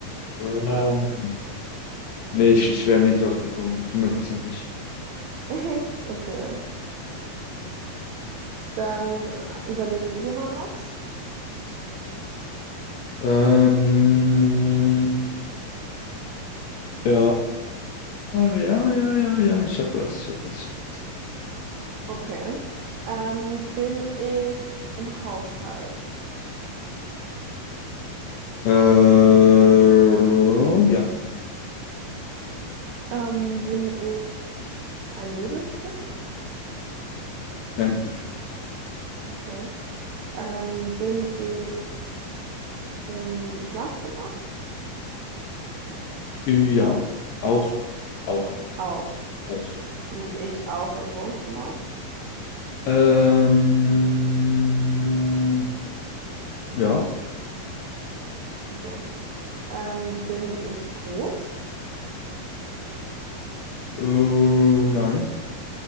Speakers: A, on the left; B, on the right.
A: Wow. Nee, ich, ich wäre nie drauf gekommen. 100% nicht.
B: <laughs> Echt? Okay. Dann äh, überleg du dir mal was.
A: Ähm, ja, ja, ja, ja, ja, ich hab was, ich hab was, ich hab
B: Okay. Ähm, bin ich im Haushalt?
A: was. Äh, ja,
B: Ähm, bin ich ein Möbelstück?
A: nein,
B: Okay. Ähm, bin ich im Schlafzimmer?
A: ja, auch, auch,
B: Auch.
A: auch.
B: Bin ich auch im Wohnzimmer?
A: Ähm, ja,
B: Okay. Ähm, bin ich groß?
A: äh, nein,